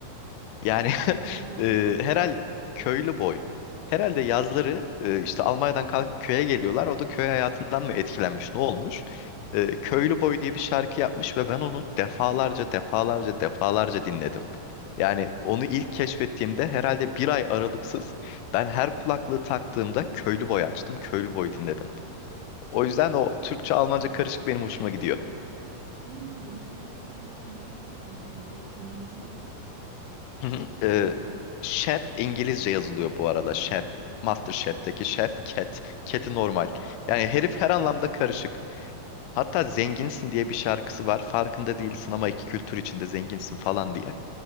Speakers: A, on the left; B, on the right.
A: Yani <laughs>
B: Köylü
A: e,
B: bu.
A: herhalde köylü boy. Herhalde yazları e, işte Almanya'dan kalkıp köye geliyorlar. O da köy hayatından mı etkilenmiş, ne olmuş? E, köylü boy diye bir şarkı yapmış ve ben onu defalarca, defalarca, defalarca dinledim. Yani onu ilk keşfettiğimde herhalde bir ay aralıksız ben her kulaklığı taktığımda köylü boy açtım, köylü boy dinledim. O
B: Ya
A: yüzden
B: ben
A: o Türkçe-Almanca karışık benim hoşuma gidiyor.
B: hiç bilmiyordum Şevket'i bak merak ettim şimdi. Dinleyeceğim.
A: Hı hı. Ee, Chef İngilizce yazılıyor bu arada. Chef. MasterChef'teki Chef Cat. Kedi normal. Yani herif her anlamda karışık. Hatta zenginsin diye bir şarkısı var. Farkında değilsin ama iki kültür içinde zenginsin falan diye.